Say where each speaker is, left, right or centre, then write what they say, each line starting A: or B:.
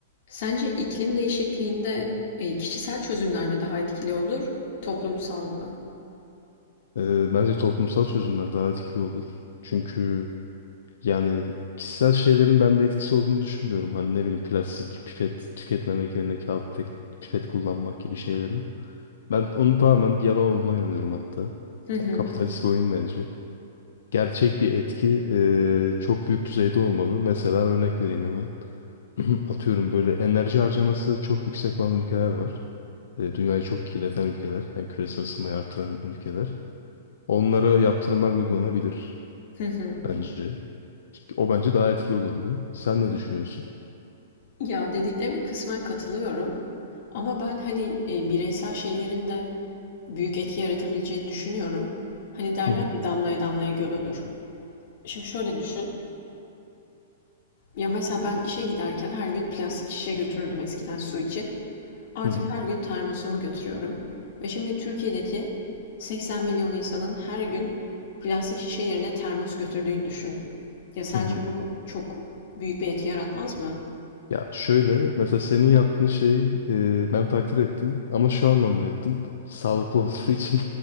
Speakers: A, on the left; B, on the left.
A: Sence iklim değişikliğinde, eee, kişisel çözümler mi daha etkili olur, toplumsal mı?
B: Ee, bence toplumsal çözümler daha etkili olur. Çünkü yani kişisel şeylerin ben bir etkisi olduğunu düşünmüyorum. Hani ne bileyim plastik pipet tüketmemek yerine kağıt pipet, pipet kullanmak gibi şeylerin. Ben onun tamamen bir yalan olduğuna inanıyorum hatta.
A: Hı hı.
B: Yani kapitalist bir oyun bence. Gerçek bir etki e, çok büyük düzeyde olmalı. Mesela örnek vereyim hemen. <clears throat> Atıyorum böyle enerji harcaması çok yüksek olan ülkeler var. E, dünyayı çok kirleten ülkeler. Yani küresel ısınmayı artıran ülkeler. Onlara yaptırımlar uygulanabilir
A: Hı hı.
B: bence. O bence daha etkili olurdu. Sen ne düşünüyorsun?
A: Ya, dediklerine kısmen katılıyorum ama ben, hani, eee, bireysel şeylerin de büyük etki yaratabileceğini düşünüyorum. Hani, derler
B: Hı hı,
A: ya, "Damlaya damlaya göl olur." Şimdi şöyle düşün, ya, mesela ben işe giderken her gün plastik şişe götürürdüm eskiden su için. Artık
B: hı hı,
A: her gün termosumu götürüyorum ve şimdi Türkiye'deki 80 milyon insanın her gün plastik şişe yerine termos götürdüğünü düşün. Ya sence
B: hı hı.
A: bu çok büyük bir etki yaratmaz mı?
B: Ya şöyle mesela senin yaptığın şey e, ben takdir ettim ama şu anlamda ettim. Sağlıklı olduğu için.